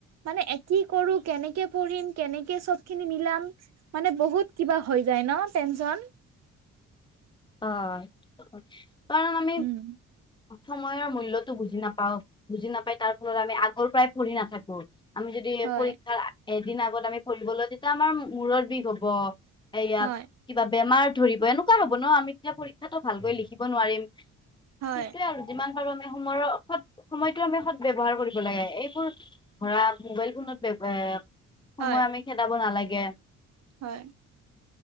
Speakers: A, on the right; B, on the left.
A: মানে কি কৰো কেনেকে পঢ়িম কেনেকে চব খিনি মিলাম মানে বহুত কিবা হৈ যায় ন টেনচন।
B: হয়, কাৰণ আমি
A: উম
B: সময়ৰ মূল্যটো বুজি নাপাও, বুজি নাপাই তাৰ ফলত আমি আগৰ পৰাই পঢ়ি নাথাকোঁ। আমি যদি
A: হয়
B: পৰীক্ষাৰ এদিন আগত আমি পঢ়িব লও, তেতিয়া আমাৰ মূৰত বিষ হব। এয়া
A: হয়
B: কিবা বেমাৰ ধৰিব এনেকুৱা হব। ন আমি তেতিয়া পৰীক্ষাটো ভালকৈ লিখিব নোৱাৰিম,
A: হয়
B: সেইটোয়ে আৰু। যিমান পাৰো আমি সময়ৰ সৎ সময়টো আমি সদব্যৱহাৰ কৰিব লাগে এইবোৰ ধৰা মোবাইল ফোনত বে বে এ
A: হয়
B: সময় আমি খেদাব নালাগে।
A: হয়।